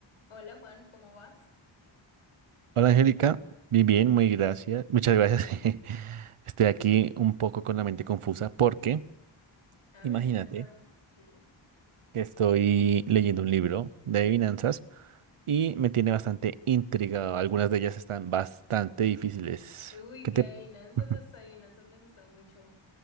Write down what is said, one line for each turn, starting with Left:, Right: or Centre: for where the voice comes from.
Left: Hola Juan, ¿cómo vas?
Right: Hola Angélica, bien, bien, muy gracias, muchas gracias. <laughs> Estoy aquí un poco con la mente confusa porque
Left: A
Right: imagínate
Left: ver, cuéntame, sí.
Right: que estoy leyendo un libro de adivinanzas y me tiene bastante intrigado. Algunas de ellas están bastante difíciles.
Left: Uy,
Right: ¿Qué
Left: de
Right: te...
Left: adivinanzas,
Right: <laughs> Ujú.
Left: las adivinanzas me gustan mucho.